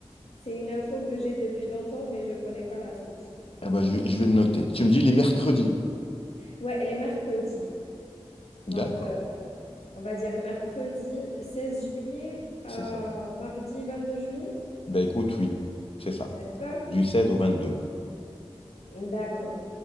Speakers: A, on the left; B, on the left.
A: C'est une info que j'ai depuis longtemps, mais je ne connais pas la source.
B: Ah bah, je, vais- je vais le noter. Tu me dis les mercredis.
A: Ouais, elle est mercredi. Donc,
B: D'accord,
A: euh, on va dire mercredi 16 juillet à
B: c'est ça.
A: mardi 22 juillet.
B: Bah écoute, oui, c'est ça.
A: Ça te va?
B: Du 16 au vingt-deux
A: D'accord.